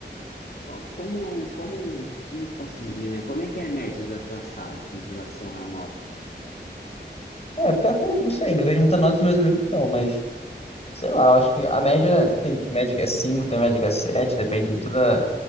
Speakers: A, on the left; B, on the left.
A: co- Como, como, como posso dizer, né? Como é que é a média da tua sala em relação à nota?
B: É, pior que eu não sei, não vejo muita nota dos meus amigos, não, mas... Sei lá, eu acho que a média tem média que é 5, tem média que é 7, depende muito da,